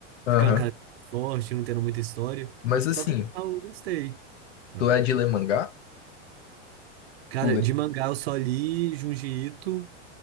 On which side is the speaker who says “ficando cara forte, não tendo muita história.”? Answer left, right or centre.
Right